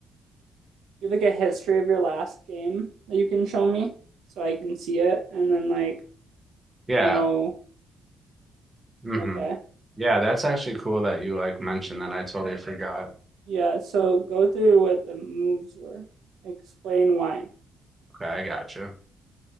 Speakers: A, on the right; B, on the right.
A: you have like a history of your last game that you can show me so I can see it and then like
B: Yeah.
A: no
B: hmm
A: okay
B: Yeah, that's actually cool that you like mentioned that. I totally forgot.
A: yeah so go through what the moves were explain why
B: Okay, I gotcha.